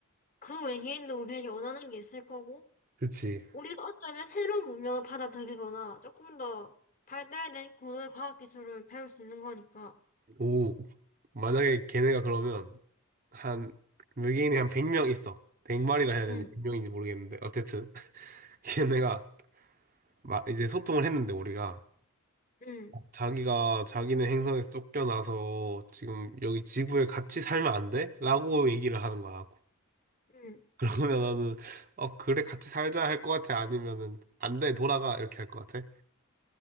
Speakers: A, on the left; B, on the right.
A: 그 외계인도 우리에게 원하는 게 있을 거고,
B: 그치.
A: 우리가 어쩌면 새로운 문명을 받아들이거나 조금 더 발달된 고도의 과학 기술을 배울 수 있는 거니까.
B: 오, 만약에 걔네가 그러면 한 외계인이 한 100명 있어. 100마리라 해야 되는지
A: 응,
B: 100명인지 모르겠는데 어쨌든 <laughs> 걔네가 막 이제 소통을 했는데 우리가
A: 응,
B: 자기가 자기는 행성에서 쫓겨나서 지금 여기 지구에 같이 살면 안 돼? 라고 얘기를 하는 거야. <laughs>
A: 응.
B: 그러면 나는 어 그래 같이 살자 할 것 같아 아니면은 안 돼 돌아가 이렇게 할 것 같아.